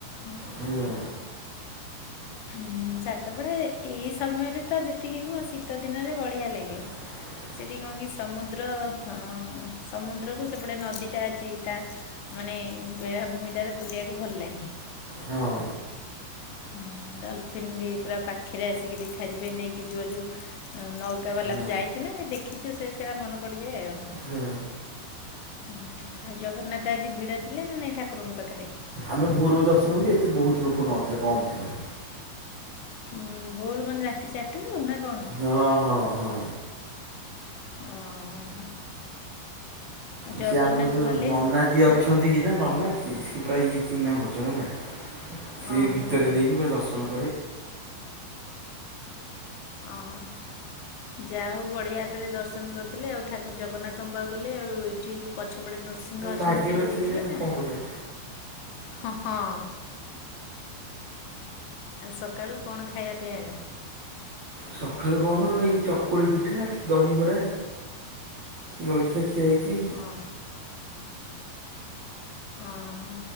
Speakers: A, on the left (about 80°); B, on the right (about 65°).
A: ହୁଁ।
B: ହୁଁ।
A: ହୁଁ ସାତପଡ଼ା ଏ-ଏଇ ସମୟରେ ତ ଯେତିକି ନୁହଁ ଶୀତ ଦିନରେ ବଢ଼ିଆ ଲାଗେ।
B: <unintelligible>
A: ସେଠି କଣ କି ସମୁଦ୍ର ହ ସମୁଦ୍ରକୁ ସେପଟେ ନଦୀଟା ଅଛି ତା ମାନେ ବେଳାଭୂମିଟାରେ ବୁଲିବାକୁ ଭଲ ଲାଗେ।
B: ହଁ।
A: ହଁ ଡଲଫିନ୍ ବି ପୁରା ପାଖେରେ ଆସିକି ଦେଖାଯିବେ ନେଇକି ଯିବ ଯୋଉ। ନୌକା ବାଲା
B: ହୁଁ
A: ମୁ ଯାଇଛୁ ନା ଦେଖିଛୁ ସେ ସେଇଟା ମନେ ପଡିଯାଏ ଆଉ
B: ହୁଁ
A: ହ ଆଉ ଜଗନ୍ନାଥ ଆଜି ଭିଡ଼ ଥିଲେ ନା ନାଇଁ ଠାକୁରଙ୍କ ପାଖରେ
B: ଆମେ ଭୋର ଦର୍ଶନ ଏତେ ବହୁତ ଲୋକ ନଥିଲେ କମ ଥିଲେ
A: ଉଁ ଭୋରରୁ ମାନେ ରାତି ଚାରିଟା ରେ ନା କଣ?
B: ହଁ ହଁ ହଁ
A: ଓହୋ ହୋ। ଆଉ ଜଗନ୍ନାଥ
B: ସିଏ ଆମ ଯୋଉ
A: ଗଲେ
B: ନନା
A: ଯେ-
B: ଯିଏ ଅଛନ୍ତି
A: ହାଁ
B: ନା ନ ନାଚଛି ସିଏ ପୁରା ଇଏ ଚିହ୍ନା ପରୁଛ ହେଲା ସିଏ
A: ଓହୋ
B: ଭିତରେ
A: ହୋ
B: ନେଇକି ପୁରା ଦଶ <inaudible>
A: ହଁ ଯାହା ହଉ ବଢିଆ ଦେଲେ ଦର୍ଶନ କରିଦଲେ ଆଉ ଜଗନ୍ନାଥଙ୍କ ପାକୁ ଗଲେ ଆଉ ଏଇଠି ଯୋଉ ପଛପଟେ ନୃ ହ ଅଛନ୍ତି
B: ଭାଗ୍ୟରେ
A: ସେଠି
B: ଥିଲେ
A: ଦେଖିଲେ ନା
B: କଣ
A: ନାହିଁ?
B: କରିବା।
A: ଆଉ ସକାଳୁ କଣ ଖାଇବା ପିଇବା ହେଲା?
B: ସକାଳୁ କଣ ଏଇ ଚକୁଳି ପିଠା ଦହିବରା। ଜଳଖିଆ ଖିଆ ହେଇଚି।
A: ହଁ। ଅ ହଁ